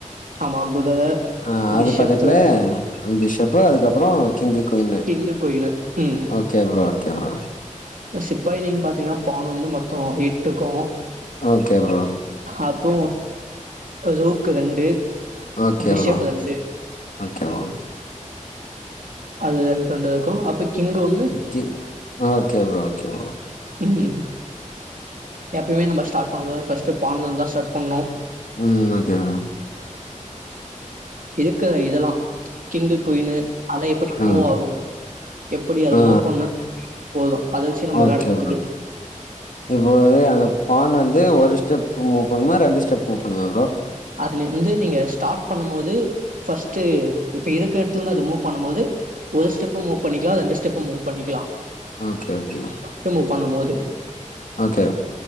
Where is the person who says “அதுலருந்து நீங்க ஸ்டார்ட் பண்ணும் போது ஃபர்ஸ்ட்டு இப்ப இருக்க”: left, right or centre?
Right